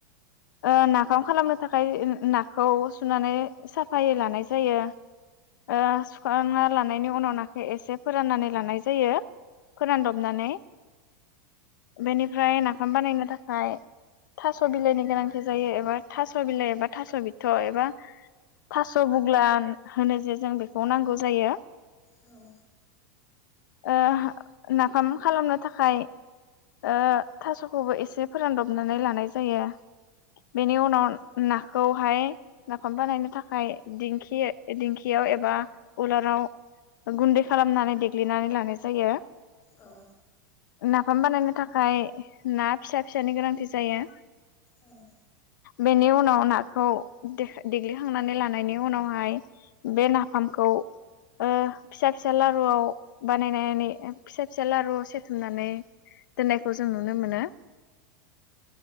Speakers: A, on the left; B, on the left.
A: ओ नाफाम खालामनो थाखाय <unintelligible> नाखौ सुनानै साफायै लानाय जायो। ओ सुखांना लानाय बेनि उनाव नाखो एसे फोराननानै लानाय जायो। फोरानदबनानै, बेनिफ्राय नाफाम बानायनो थाखाय थास बिलाइनि गोनांथि जायो एबा थास बिलाइ एबा थास बिथ' एबा थास बुग्लान होनो जे जों बेखौ नांगौ जायो।
B: औ
A: ओ हो, नाफाम खालामनो थाखाय ओ थासखौबो एसे फोरानदबनानै लानाय जायो। बेनि उनाव नाखौहाय नाफाम बानायनो थाखाय दिंखि दिंखि खियाव एबा उलाराव गुन्दै खालामनानै देग्लिनानै लानाय जायो।
B: औ
A: नाफाम बानायनो थाखाय ना फिसा फिसानि गोनांथि जायो।
B: ओं
A: बेनि उनाव नाखौ दे देग्लिखांनानै लानायनि उनावहाय बे नाफामखौ ओ फिसा फिसा लारुआव बानायनानै फिसा फिसा लारुआव सेथुमनानै दोननायखौ जों नुनो मोनो।